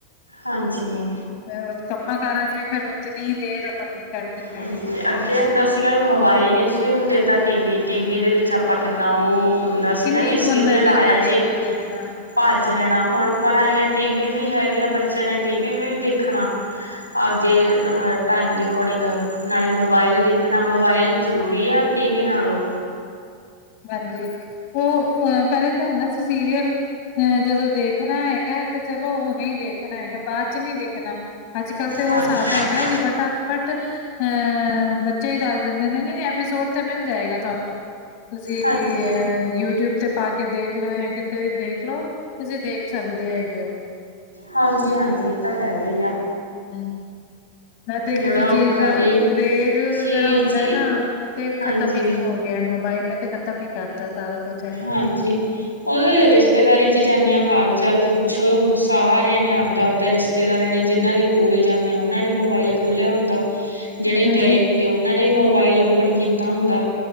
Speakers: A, on the left; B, on the left.
A: ਹਾਂਜੀ।
B: ਫੇਰ ਕੰਮਾਂ- ਕਾਰਾਂ ਚ ਵੀ ਫੇਰ ਉਤਨੀ ਦੇਰ ਹੋਣੀ। ਕਰਨੀ ਹੈਗੀ।
A: ਹਾਂਜੀ। ਅੱਗੇ ਹੁੰਦਾ ਸੀਗਾ, ਵੀ ਮੋਬਾਇਲ ਨਹੀਂ ਸੀ ਹੁੰਦੇ, ਤਾਂ ਟੀ ਵੀ। ਟੀ ਵੀ ਦੇ ਵਿੱਚ ਆਪਾਂ ਕਿੰਨਾ ਉਹ। ਹੁੰਦਾ
B: ਕਿੰਨੀ
A: ਸੀ ਨਾ, ਵੀ
B: ਕੁ
A: ਸੀਰੀਅਲ
B: ਬੰਦਾ ਟੀਵੀ
A: ਆਇਆ
B: ਦੇਖ
A: ਜੇ-
B: ਲੇ ਹਾਂ
A: ਭੱਜ ਲੈਣਾ। ਹੁਣ ਪਰ ਆ ਟੀਵੀ ਵੀ ਹੈਗੇ ਆ। ਬੱਚਿਆਂ ਨੇ ਟੀਵੀ ਵੀ ਦੇਖਣਾ। ਆਪਦੇ ਅਹ ਟਾਈਮ ਦੇ ਅਕੋਡਿੰਗ, ਨਾਲੇ ਮੋਬਾਇਲ ਦੇਖਣਾ ਮੋਬਾਇਲ ਜ਼ਰੂਰੀ ਆ ਟੀ ਵੀ ਨਾਲੋਂ।
B: ਹਾਂਜੀ ਉਹ ਅਹ ਪਹਿਲੇ ਤਾਂ ਹੁੰਦਾ ਸੀ ਸੀਰੀਅਲ ਅ ਜਦੋਂ ਦੇਖਣਾ ਹੈਗਾ ਤੇ ਚਲੋ ਨਹੀਂ ਦੇਖਣਾ ਹੈਗਾ ਬਾਅਦ ਚ ਨਹੀ ਦੇਖਣਾ ਅੱਜ -ਕੱਲ੍ਹ ਤੇ ਉਹ
A: ਹਾਂਜੀ
B: ਹਿਸਾਬ ਹੈਗਾ ਕਿ ਫਟਾ ਬਟ ਅਹ ਬੱਚੇ ਹੀ ਦੱਸ ਦਿੰਦੇ ਨੇ ਨਹੀਂ ਐਪੀਸੋਡ ਤੇ ਮਿਲ ਜਾਏਗਾ ਤੁਹਾਨੂੰ ਜ਼ੀ
A: ਹਾਂਜੀ
B: ਏ, ਯੂਟਿਊਬ ਉਤੇ ਪਾ ਕੇ ਦੇਖ ਲੋ ਜਾਂ ਕਿਤੇ ਵੀ ਦੇਖ ਲਓ। ਤੁਸੀਂ ਦੇਖ ਸਕਦੇ ਹੈਗੇ ਹੋ।
A: ਹਾਂਜੀ -ਹਾਂਜੀ, ਇਹ ਤਾਂ ਹੈਗਾ ਹੀ ਆ।
B: ਹਮ ਨਾ ਤੇ ਕਿਸੇ
A: ਬੜਾ ਔਖਾ
B: ਚੀਜ਼ ਦਾ
A: ਵੀ
B: ਕਰੇਜ ਜਿਹੜਾ
A: ਜੀ
B: ਹੁੰਦਾ
A: ਜੀ
B: ਹੈ ਨਾ, ਉਹ ਤੇ
A: ਹਾਂਜੀ
B: ਖਤਮ ਹੀ ਹੋ ਗਿਆ। ਮੋਬਾਇਲ ਨੇ ਤੇ ਖਤਮ ਹੀ ਕਰਤਾ ਸਾਰਾ ਕੁੱਛ।
A: ਹਾਂਜੀ ਉਹਦੇ ਰਿਸ਼ਤੇਦਾਰੀ ਚ ਜਾਂਦੇ ਹਾਂ ਹਾਲ -ਚਾਲ ਪੁੱਛੋ, ਸਾਰਿਆਂ ਨੇ ਆਪਦਾ- ਆਪਦਾ ਰਿਸ਼ਤੇ ਰਿਸ਼ਤੇਦਾਰਾਂ ਨੇ ਜਿਹਨਾਂ
B: ਹੂੰ,
A: ਦੇ ਕੋਲ ਜਾਂਦੇ ਆ ਉਹਨਾਂ ਨੇ ਮੋਬਾਇਲ ਖੋਲਿਆ ਹੁੰਦਾ। ਜਿਹੜੇ
B: ਹਾਂਜੀ,
A: ਗਏ ਹੁੰਦੇ -ਉਹਨਾਂ ਨੇ ਮੋਬਾਇਲ ਓਪਨ ਕੀਤਾ ਹੁੰਦਾ।